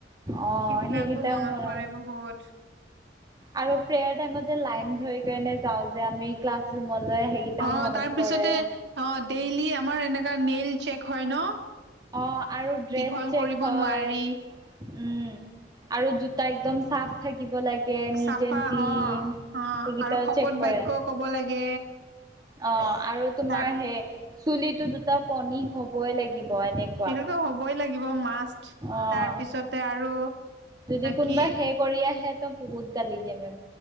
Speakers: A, on the right; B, on the right.
A: অ
B: সেইবিলাকো
A: সেইকেইটাপৰা
B: মনত পৰে বহুত
A: আৰু প্ৰেয়াৰম টাইমত লাইন ধৰি যাওঁ যে আমি ক্লাছ ৰুমলৈ সেইকেইটাও
B: অহ
A: মনত
B: তাৰপিছতে
A: পৰে
B: অ ডেইলি আমাৰ এনেকা নেইল চেক হয় ন
A: অ আৰু ড্ৰেছ
B: দীঘল
A: চেক
B: কৰিব
A: হয়
B: নোৱাৰি
A: উম আৰু জোতা একদম চাফ থাকিব লাগিব কে নিট
B: চাফা
A: এণ কিন
B: অ অ
A: এইকেইটাও
B: আৰু শপত
A: চেক কৰে
B: বাক্য কব লাগে
A: অহ আৰু তোমাৰ
B: তাৰ
A: সেই চুলিতো দুটা ফনী হবই লাগিব এনেকুৱা
B: সেইটোতো হ'বই লাগিব মাষ্ট,
A: অ
B: তাৰপিছতে আৰু
A: যদি কোনোবা
B: কি
A: হে কৰি আহে ত' বহুত গালি দিয়া মে